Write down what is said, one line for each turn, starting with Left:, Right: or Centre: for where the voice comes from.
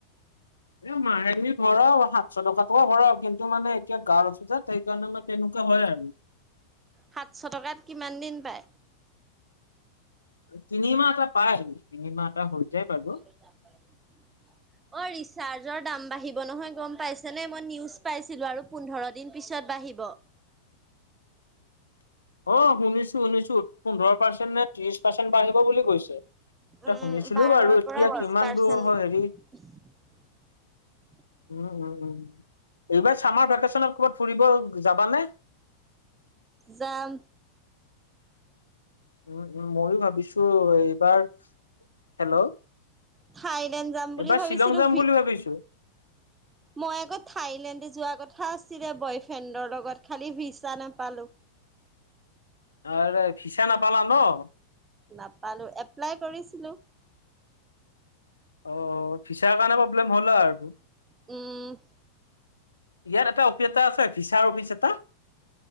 Left: এ' মাহেলী ভৰাও সাতশ টকাকে ভৰাও কিন্তু মানে এতিয়া গাঁৱত আছোঁ যে সেইকাৰণে মানে তেনেকুৱা হয় আৰু।
Right: সাতশ টকাত কিমান দিন পায়?
Left: তিনিমাহ এটা পাই, তিনিমাহ এটা হৈ যায় বাৰু।
Right: অই ৰিচাৰ্জৰ দাম বাঢ়িব নহয় গম পাইছে নে মই নিয়ুজ পাইছিলো আৰু পোন্ধৰ দিন পিছত বাঢ়িব।
Left: অ', শুনিছো শুনিছো পোন্ধৰ পাৰ্চেণ্ট নে ত্ৰিশ পাৰ্চেণ্ট বাঢ়িব বুলি কৈছে।
Right: উম,
Left: টা শুনিছিলো
Right: বাৰৰ
Left: বাৰু এতিয়া
Right: পৰা বিশ
Left: কিমান
Right: পাৰ্চেন্ট।
Left: দূৰ হয় হেৰি
Right: <inaudible>
Left: উম, উম, উম, এইবাৰ চামাৰ ভেকেচনত ক'ৰবাত ফুৰিব যাবানে?
Right: যাম।
Left: উম, উম, ময়ো ভাবিছো এইবাৰ হেল্ল',
Right: থাইলেণ্ড যাম বুলি
Left: এইবাৰ
Right: ভাবিছিলো
Left: শ্বিলং যাম
Right: ভি
Left: বুলি ভাবিছো।
Right: মই আকৌ থাইলেণ্ড যোৱা কথা আছিলে বয়ফ্ৰেণ্ডৰ লগত খালি ভিছা নাপালো।
Left: আৰু ভিছা নাপালা ন'।
Right: নাপালো এপ্লাই কৰিছিলোঁ।
Left: অ', ভিছাৰ কাৰণে প্ৰব্লেম হ'ল আৰুটো
Right: উম।
Left: ইয়াত এটা অফিচ এটা আছে ভিচাৰ অফিচ এটা।